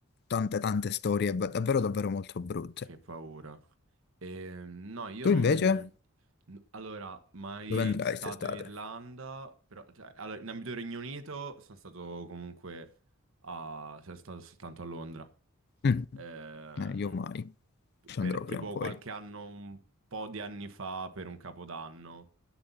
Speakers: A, on the left; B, on the right.
A: tante tante storie va- davvero davvero molto brutte.
B: che paura. Eh, no, io
A: Tu
B: non...
A: invece
B: n- Allora, mai
A: dove andrai
B: stato
A: quest'estate?
B: in Irlanda, però... cioè, allora, in ambito Regno Unito sono stato comunque a... cioè, sono stato soltanto a Londra.
A: Mm,
B: Ehm,
A: eh, io mai, ci
B: per
A: andrò
B: tipo
A: prima o poi.
B: qualche anno, un po' di anni fa, per un capodanno.